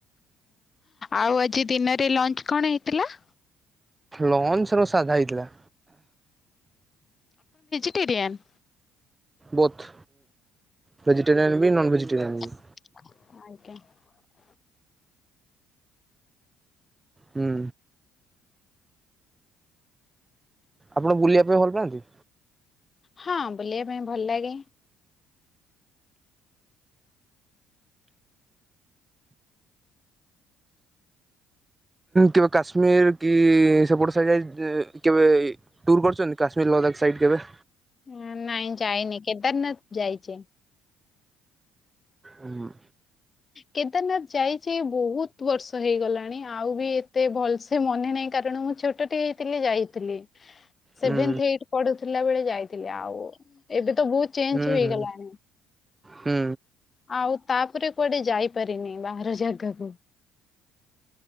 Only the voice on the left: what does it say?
ଆଉ ଆଜି ଦିନରେ ଲଞ୍ଚ କଣ ହେଇଥିଲା।
ନ୍ <unintelligible>
ଆଜଞା <unintelligible>
ହଁ ବୁଲିବା ପାଇଁ ଭଲ ଲାଗେ।
ହ ନାଇ ଯାଇନି କେଦାର ନାଥ ଯାଇଚି।
କେଦାରନାଥ ଯାଇଚି ବହୁତ ବର୍ଷ ହେଇଗଲାଣି ଆଉ ବି ଏତେ ଭଲ ସେ ମନେ ନାହିଁ କାରଣ ମୁଁ ଛୋ ଟ ଟେ ହେଇଥିଲି ଯାଇଥିଲି। ସେଭେନ୍ଥ
ଏଇଟି ପଢୁଥିଲା ବେଳେ ଯାଇଥିଲେି ଆଉ ଏବେ ତ ବହୁତ ଚେଞ୍ଜ
ହେଇଗଲାଣି।
ଆଉ ତାପରେ କୁଆଡେ ଯାଇପାରିନି ବାହାର ଜାଗାକୁ।